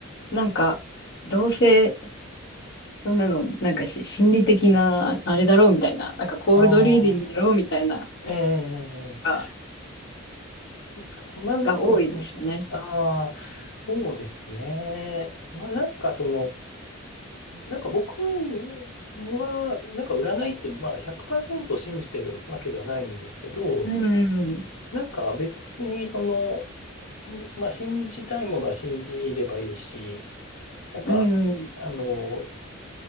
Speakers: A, on the left; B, on the left.
A: なんか、どうせ、そんなの、なんかし、心理的な、あれだろうみたいな、なんかコールドリーディングだろうみたいな、
B: ああ、ええ、
A: が、
B: ええまあ、うんうんああ、
A: が多いですよね。
B: そうですね。まあ、なんかその、なんか僕は、なんか占いって、まあ100%信じてるわけではないんですけど、
A: うん。
B: なんか別にその、まあ、信じたいものは信じればいいし、なんか、
A: うん。
B: あの、